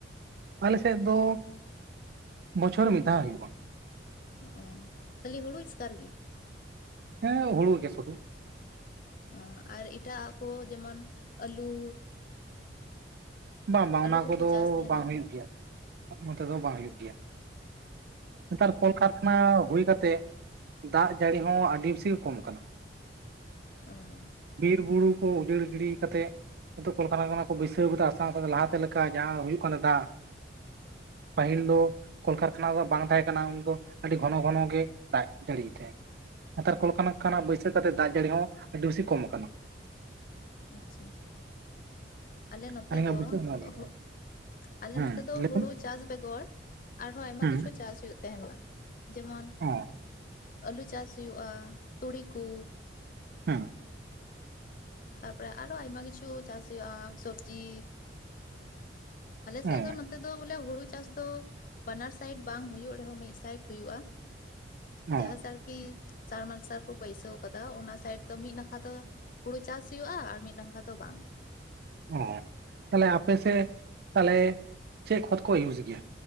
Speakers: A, on the right (about 55°); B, on the left (about 50°).
A: ᱟᱞᱮᱥᱮᱫ ᱫᱚ ᱵᱚᱪᱷᱚᱨ ᱨᱮ ᱢᱤᱫ ᱫᱷᱟᱣ ᱦᱩᱭᱩᱜᱼᱟ ᱾
B: ᱚᱸ ᱠᱷᱟᱹᱞᱤ ᱦᱩᱲᱩ ᱮᱥᱠᱟᱨ ᱜᱮ?
A: ᱦᱮᱸ ᱦᱩᱲᱩ ᱜᱮᱭᱟ ᱥᱩᱫᱩ ᱾
B: ᱚᱸ ᱟᱨ ᱮᱴᱟᱜᱼᱟ ᱠᱚ ᱡᱮᱢᱚᱱ ᱟᱹᱞᱩ?
A: ᱵᱟᱝ ᱵᱟᱝ
B: ᱟᱹᱞᱩ
A: ᱚᱱᱟ
B: ᱠᱚᱠᱚ
A: ᱠᱚᱫᱚ
B: ᱪᱟᱥ ᱛᱟᱦᱮᱱᱟ
A: ᱵᱟᱝ ᱦᱩᱭᱩᱜ ᱜᱮᱭᱟ ᱱᱚᱛᱮ ᱫᱚ ᱵᱟᱝ ᱦᱩᱭᱩᱜ ᱜᱮᱭᱟ ᱱᱮᱛᱟᱨ ᱠᱚᱞᱠᱟᱨᱠᱷᱟᱱᱟ ᱦᱩᱭ ᱠᱟᱛᱮᱜ ᱫᱟᱜ ᱡᱟᱹᱲᱤ ᱦᱚᱸ ᱟᱹᱰᱤ ᱵᱮᱥᱤ ᱜᱮ ᱠᱚᱢ ᱟᱠᱟᱱᱟ ᱾
B: ᱚᱸ
A: ᱵᱤᱨ ᱵᱩᱨᱩ ᱠᱚ ᱩᱡᱟᱹᱲ ᱜᱤᱰᱤ ᱠᱟᱛᱮᱫ ᱱᱤᱛᱩᱜ ᱠᱚᱞᱠᱷᱟᱱᱟ ᱠᱚ ᱵᱟᱹᱭᱥᱟᱹᱣ ᱠᱮᱫᱟ ᱟᱨ ᱥᱟᱶ ᱥᱟᱶᱛᱮ ᱞᱟᱦᱟᱛᱮ ᱞᱮᱠᱟ ᱡᱟᱦᱟᱸ ᱦᱩᱭᱩᱜ ᱠᱟᱱᱟ ᱫᱟᱜ ᱯᱟᱹᱦᱤᱞ ᱫᱚ ᱠᱚᱞᱠᱷᱟᱨᱟᱱᱟ ᱫᱚ ᱵᱟᱝ ᱛᱟᱦᱮᱸ ᱠᱟᱱᱟ ᱩᱱ ᱫᱚ ᱟᱹᱰᱤ ᱜᱷᱚᱱᱚ ᱜᱷᱚᱱᱚᱜ ᱜᱮ ᱫᱟᱜ ᱡᱟᱹᱲᱤᱭᱮᱫ ᱛᱟᱦᱮᱸ ᱾ ᱱᱮᱛᱟᱨ ᱠᱚᱞᱠᱷᱟᱱᱟ ᱵᱟᱹᱭᱥᱟᱹ ᱠᱟᱛᱮᱫ ᱫᱟᱜ ᱡᱟᱹᱲᱤ ᱦᱚᱸ ᱟᱹᱰᱤ ᱵᱮᱥᱤ ᱠᱚᱢ ᱟᱠᱟᱱᱟ ᱾
B: ᱟᱪᱪᱷᱟ ᱟᱞᱮ ᱱᱚᱛᱮ
A: ᱟᱹᱞᱤᱧᱟᱜ
B: ᱫᱚᱚ
A: ᱵᱩᱡᱷᱟᱹᱣ ᱱᱚᱣᱟ ᱜᱮ
B: ᱦᱳᱜ ᱟᱞᱮ
A: ᱦᱮᱸ
B: ᱱᱚᱛᱮ ᱫᱚ
A: ᱞᱟᱹᱭ
B: ᱦᱩᱲᱩ
A: ᱵᱮᱱ
B: ᱪᱟᱥ ᱵᱮᱜᱚᱨ ᱟᱨᱦᱚᱸ ᱟᱭᱢᱟ
A: ᱦᱮᱸ
B: ᱠᱤᱪᱷᱩ ᱪᱟᱥ ᱦᱩᱭᱩᱜ ᱛᱟᱦᱮᱸᱱᱟ ᱡᱮᱢᱚᱱᱼ
A: ᱚ
B: ᱟᱹᱞᱩ ᱪᱟᱥ ᱦᱩᱭᱩᱜ-ᱟ ᱛᱩᱲᱤ ᱠᱩ᱾
A: ᱦᱩᱸ
B: ᱛᱟᱨᱯᱚᱨᱮ ᱟᱨᱚ ᱟᱭᱢᱟ ᱠᱤᱪᱷᱩ ᱪᱟᱥ ᱦᱩᱭᱩᱜ-ᱟ ᱥᱚᱵᱡᱤ ᱟᱞᱮ ᱥᱮᱫ
A: ᱚ
B: ᱫᱚ ᱱᱚ ᱛᱮᱫᱚ ᱵᱚᱞᱮ ᱦᱩᱲᱩ ᱪᱟᱥ ᱫᱚ ᱵᱟᱱᱟᱨ ᱥᱟᱭᱤᱰ ᱵᱟᱝ ᱦᱭᱳᱜ ᱨᱮᱦᱚᱸ ᱢᱤᱫ ᱥᱟᱭᱤᱰ ᱦᱳᱭᱳᱜ-ᱟ᱾ ᱡᱟᱦᱟᱸ
A: ᱚ
B: ᱥᱟᱨᱠᱤ ᱥᱟᱨᱢᱥᱟᱨᱠᱩ ᱵᱟᱹᱭᱥᱟᱹᱣ ᱟᱠᱟᱫᱟ ᱚᱱᱟ ᱥᱟᱭᱤᱰ ᱫᱚ ᱢᱤᱫ ᱱᱟᱠᱷᱟ ᱫᱚ ᱦᱩᱲᱩ ᱪᱟᱥ ᱟᱨ ᱢᱤᱫ ᱱᱟᱠᱷᱟ ᱫᱚ ᱵᱟᱝ᱾
A: ᱚ ᱛᱟᱦᱚᱞᱮ ᱟᱯᱮ ᱥᱮᱫ ᱛᱟᱦᱚᱞᱮ ᱪᱮᱫ ᱠᱷᱚᱛ ᱠᱚ ᱤᱭᱩᱡᱽ ᱜᱮᱭᱟ?